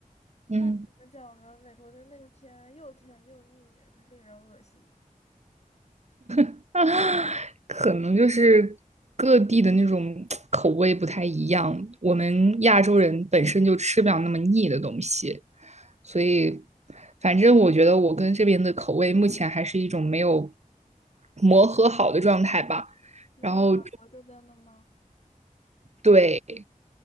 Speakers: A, on the right; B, on the left.
A: 嗯。
B: 怎么讲呢？美国的那个甜又甜又腻，令人恶心。
A: <laughs> 啊，可能就是各地的那种口味不太一样。我们亚洲人本身就吃不了那么腻的东西，所以反正我觉得我跟这边的口味目前还是一种没有磨合好的状态吧。
B: 你说法国这边的吗？
A: 然后对，